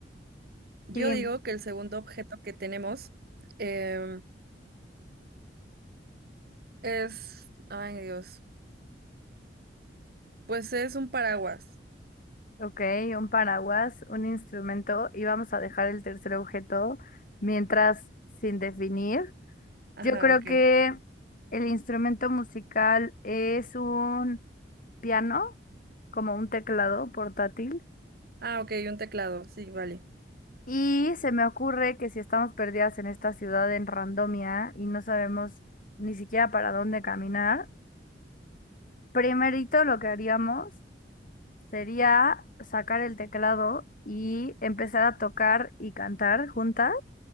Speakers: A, on the right; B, on the left.
A: Yo
B: Sí,
A: digo que el segundo objeto que tenemos em, es, ay Dios, pues es un paraguas.
B: ok, un paraguas, un instrumento y vamos a dejar el tercer objeto mientras sin definir.
A: Ajá,
B: Yo creo
A: ok.
B: que el instrumento musical es un piano, como un teclado portátil.
A: Ah, ok, un teclado, sí, vale.
B: Y se me ocurre que si estamos perdidas en esta ciudad en randomia y no sabemos ni siquiera para dónde caminar, primerito lo que haríamos sería sacar el teclado y empezar a tocar y cantar juntas